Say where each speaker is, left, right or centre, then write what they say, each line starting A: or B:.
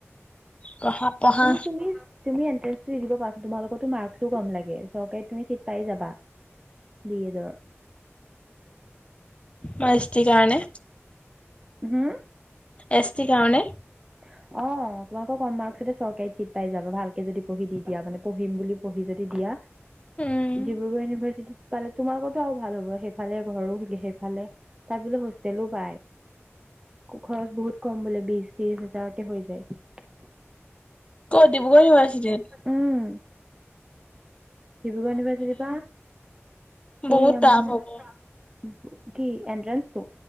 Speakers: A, on the left; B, on the right.
A: পঢ়া পঢ়া
B: তুমি তুমি তুমি এন- দিব পাৰছো তোমালোকতো মাৰ্কচোও কম লাগে চৰকাৰী তুমি চিট পাই যাবা। দিয়দাৰ।
A: মষ্টটিকানে
B: হম
A: এছ টি কাৰানে।
B: হয় <unintelligible> অ তোমালোকৰ কম মাৰ্কচতে চৰকাৰী ঠিত পাই যাবা ভালকে যদি পঢ়ি দি দিয়া মানে পঢিম বুলি পঢ়ি যদি দিয়া।
A: উম
B: ডিব্ৰুগড় ইউনিভাৰ্চিটিত। পালে তোমাৰ লগতো আৰু ভাল হ'ব, সেইফালে ঘৰো সেইফালে তাত বোলে হোষ্টেলো পায়। খৰচ বহুত কম বোলে বি ত্ৰিশ হাজাৰতে হৈ যায়।
A: কত ডিব্ৰুগড় ইউনিভাৰ্চিটত।
B: উম ডিব্ৰুগড় ইণ্টাৰচিটি পা
A: বহুত
B: অ
A: টাফ হ'ব
B: কি। অন্তেনচ্ছ টো